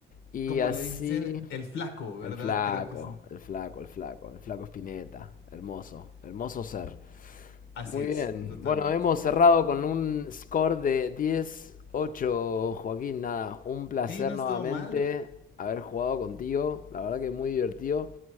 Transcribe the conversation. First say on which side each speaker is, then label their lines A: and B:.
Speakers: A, on the left; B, on the left.
A: Y
B: Como
A: así.
B: le dicen, el flaco, ¿verdad?
A: El flaco,
B: Creo que es.
A: el flaco, el flaco, el flaco Spinetta. Hermoso, hermoso ser.
B: Así
A: Muy
B: es,
A: bien.
B: totalmente.
A: Bueno, hemos cerrado con un score de diez ocho, Joaquín. Nada, un placer
B: Sí, no
A: nuevamente
B: estuvo mal.
A: haber jugado contigo. La verdad que muy divertido.